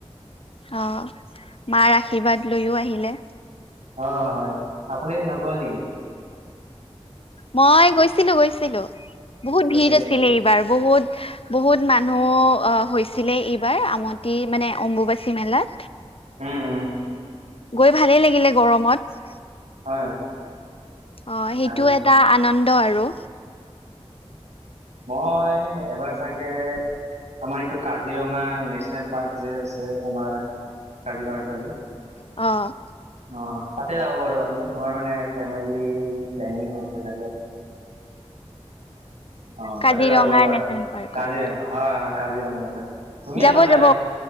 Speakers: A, on the left (about 55°); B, on the right (about 85°).
A: অ মাৰ আশীৰ্বাদ লৈও আহিলে।
B: অ হয় আপুনি নগ'ল নেকি?
A: মই গৈছিলোঁ গৈছিলোঁ বহুত
B: গৈছিলে
A: ভিৰ আছিলে এইবাৰ। বহুত বহুত মানুহ অ হৈছিলে এইবাৰ আমতি মানে অম্বুবাচী মেলাত।
B: উম উম।
A: গৈ ভালেই লাগিলে গৰমত।
B: হয়
A: অ
B: ভাল
A: সেইটো
B: লাগে
A: এটা আনন্দ আৰু
B: মই এবাৰ চাগে। আমাৰ এইটো কাজিৰঙা নেশ্যনেল পাৰ্ক যে আছে আমাৰ কাজিৰঙাৰ ফালে।
A: অ, '
B: অ', 'তাতে যাব পাৰোঁ আমি আমাৰ মানে ফেমিলি প্লেনিং হৈছে চাগে। অ, 'তাতে
A: কাজিৰঙা
B: যাব পাৰা কাৰণে
A: নেচনেল পাৰ্কত
B: কাজিৰঙা হয়, হয় কাজিৰঙা ধুনীয়া
A: যাব,
B: ন জাগা
A: যাব